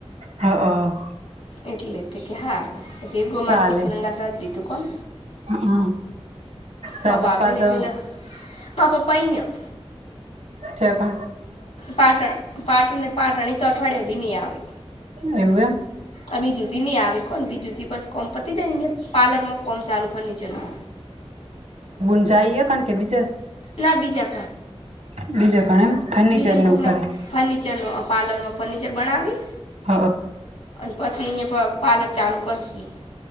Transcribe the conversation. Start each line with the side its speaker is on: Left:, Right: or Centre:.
Right: હ અ
Left: એટલે તે કે હારુ <unintelligible>
Right: ચાલે
Left: દીધું કોન?
Right: હ તારા
Left: મા ભાભીને
Right: પપ્પા તો
Left: પેલે મા પપા ઇયા
Right: છે કોણ
Left: પાટણ પાટણને પાટણ ઈ તો અઠવાડિયા હુધી ની આવે
Right: એવું એમ
Left: આવી જુદી ની આવી કોન બી જુદી બસ કોમ પતી જાય ઈયા પાર્લરમાં કોમ ચાલુ ફર્નીચરનું
Right: જાઈએ કાન કે બીજા
Left: ના બીજા
Right: બીજા કણ એમ ફર્નિચર
Left: બીજન
Right: નું
Left: કોકના
Right: કરે
Left: ફર્નિચરનો પાર્લરમાં ફર્નિચર બનાવી
Right: હ
Left: અને પછી ઈયા પા પાર્લર ચાલુ કરશી